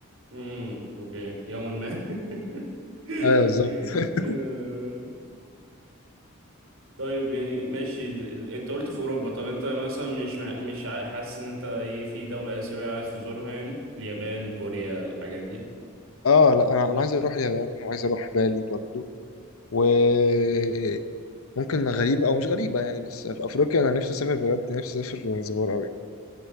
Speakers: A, on the right; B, on the left.
A: امم اوكي يوما ما <laughs>
B: ايوه بالظبط
A: آه،
B: <laughs>
A: طيب يعني ماشي د- ال- انت قلت في اوروبا طب انت مثلا مش مع- مش عا- حاسس ان انت ايه في دولة اسيوية عايز تزورها يعني اليابان كوريا الحاجات دي
B: اه لا انا انا عايز اروح اليابان وعايز اروح بالي برضو وممكن غريبه او مش غريبه يعني بس في افريقيا انا نفسي اسافر بجد نفسي اسافر زنزبار قوي